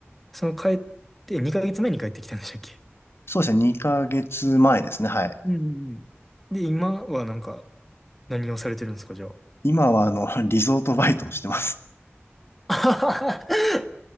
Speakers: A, in the centre; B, on the left (about 65°).
A: その帰って、2ヶ月前に帰ってきたんでしたっけ
B: そうですね。2ヶ月前ですね。はい。
A: うんうん。で、今はなんか、何をされてるんですか、じゃあ。
B: 今はあの、リゾートバイトをしてます。
A: <laughs>